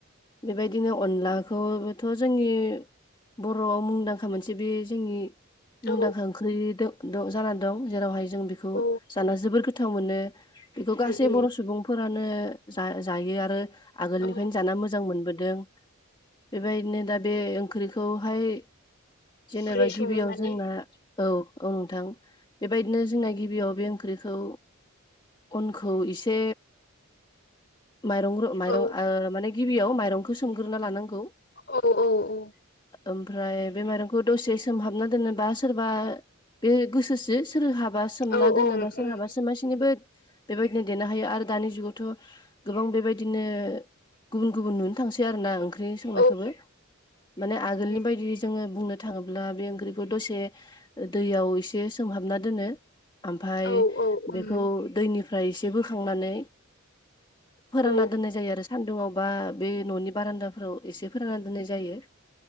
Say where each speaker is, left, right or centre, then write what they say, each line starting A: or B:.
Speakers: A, on the left; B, on the left.
A: बेबायदिनो अनलाखौबोथ' जोंनि बर'आव मुंदांखा मोनसे बे जोंनि मुंदांखा
B: औ
A: ओंख्रि जाना दं जेरावहाय जों बेखौ
B: औ उम
A: जाना जोबोर गोथाव मोनो। बेखौ गासै
B: उम
A: बर' सुबुंफोरानो जा जायो आरो आगोलनिफ्रायनो
B: औ
A: जाना मो मोजां मोनबोदों बेबायदिनो दा बे ओंख्रिखौहाय जेनेबा
B: बोरै सङो
A: गिबियाव
B: माने
A: जोंना औ-औ नोंथां बेबायदिनो जोंना गिबियाव बे ओंख्रिखौ अनखौ इसे माइरं माइरं
B: औ
A: ओ माने गिबियाव माइरंखौ सोमग्रोना लानांगौ
B: औ औ औ।
A: ओमफ्राय बे माइरंखौ दसे सोमहाबना दोननोबा सोरबा बे गोसोसो सोरहाबा सोमना
B: औ
A: दोनोबा
B: ओं
A: सोरहाबा
B: उम
A: सोमासिनोबो बेबायदिनो देनो हायो आरो दानि जुगावथ' गोबां बेबायदिनो गुबुन गुबुन नुनो थांसै आरो ना ओंख्रि संनायखौबो।
B: औ
A: माने आगोलनि
B: उम
A: बायदि जोङो बुंनो थाङोब्ला बे ओंख्रिखौ दसे ओ दैयाव एसे सोमहाबना दोनो ओमफ्राय
B: औ औ उम
A: बेखौ दैनिफ्राय एसे बोखांनानै फोरानना
B: औ
A: दोननाय जायो आरो सान्दुङआवबा बे न'नि बारान्दाफोराव एसे फोरानना दोननाय जायो